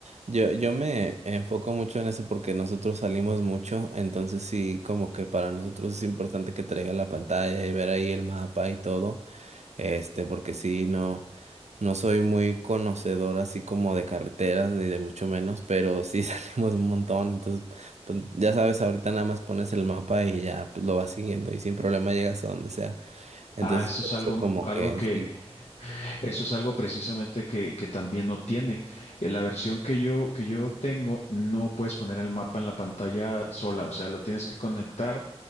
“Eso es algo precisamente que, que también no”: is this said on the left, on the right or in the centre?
Left